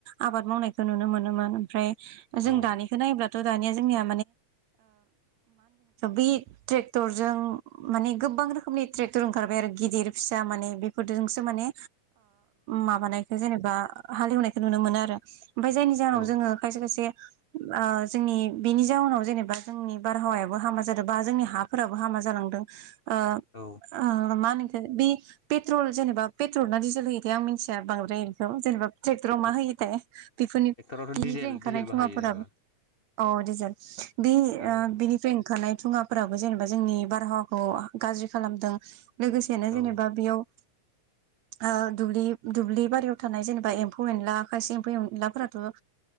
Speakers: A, on the right; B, on the left.
A: आबाद मावनायखौ नुनो मोनोमोन ओमफ्राय। जों
B: औ
A: दानिखौ नायोब्लाथ'- दानिया जोंना बेखौ ट्रेक्टर जों गोबां माने। गोबां रोखोमनि ट्रेक्टर ओंखारबाय आरो गिदिर फिसा माने बेफोरजोंसो माने। माबानायखौ जेनेबा हालेवनायखौ नुनो मोनो आरो ओमफफ्राय जायनि जाहोनाव
B: औ
A: जोङो खायसे खायसे। उम जोंनि बेनि जाउनाव जेनेबा जोंनि बारहावायाबो हामा जादों बा जोंनि हाफोराबो हामा जालांदों ओ
B: औ
A: ओ मा होनखो बे पेट्रल जेनेबा पेट्रल ना डिजेल होयो बि आं मिथिया बांद्रायखौ बेखौ जेनेबा ट्रेक्टराव मा
B: औ
A: होयो थाय बेफोरनि
B: ट्रेक्टरावथ'
A: बिनिफ्राय
B: डिजेल
A: ओंखारनाय
B: डिजेल
A: धुङाफोराबो
B: बाहायो जेनेबा
A: अ डिजेल बे
B: औ
A: ओ बिनिफ्राय ओंखारनाय धुङाफोराबो जेनेबा जोंनि बारहावाखौ गाज्रि खालामदों लोगोसेनो
B: औ
A: जेनेबा बेयाव ओ दुब्लि बारियाव थानाय जेनेबा एम्फौ एनला खायसे एम्फौ एनलाफोराथ' ओ